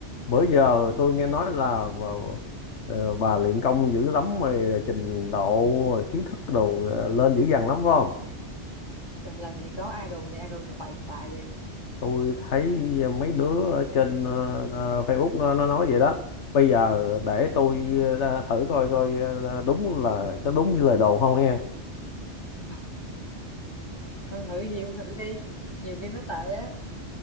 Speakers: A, on the left (about 75°); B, on the left (about 20°).
A: bữa giờ tôi nghe nói là bà, ờ, bà luyện công dữ lắm rồi trình độ rồi kiến thức đồ ờ, lên dữ dằn lắm phải không
B: Rồi làm gì có idol nha, idol là bậy đàn bà vậy.
A: tôi thấy ờ, mấy đứa ở trên ờ, ờ, Facebook nó, nó nói vậy đó bây giờ để tôi ờ, thử coi coi ờ, đúng là có đúng như lời đồn không nha
B: <laughs> Thôi thử gì cũng thử đi. Nhiều khi nó tệ á.